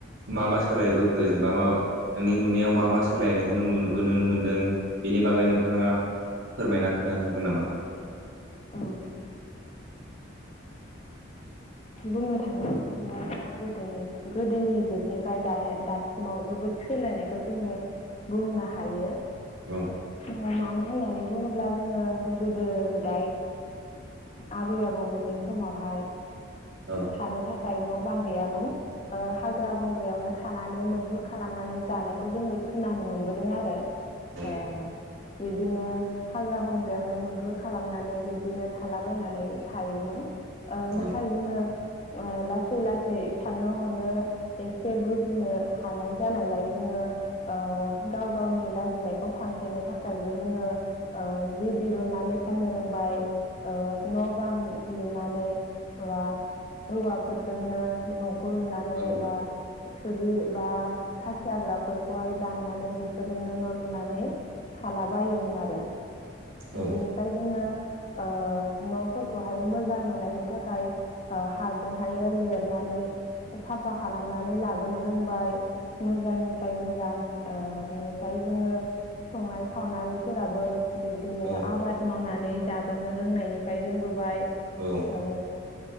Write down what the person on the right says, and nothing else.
मा मा सोलायबोखो जेनेबा मा नोंनि नुनायाव मा मा सोलायनायखौ नों नुोन मोनदों बे बेनि बागै नोंथाङा फोरमायना खोन्थानो हागोन नामा
औ
औ
औ
औ
औ
औ
औ
औ